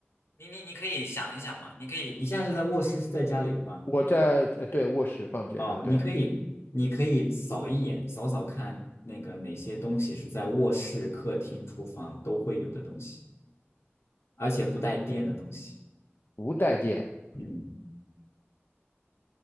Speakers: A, on the left (about 75°); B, on the left (about 55°).
A: 你你你可以想一想嘛，你可以你现在是在卧室，是在家里是吗？
B: 我在呃对卧室放电，
A: 哦，
B: 呃对，
A: 你可以，你可以扫一眼，扫扫看那个哪些东西是在卧室、客厅、厨房都会有的东西，而且不带电的东西。
B: 不带电，
A: 嗯，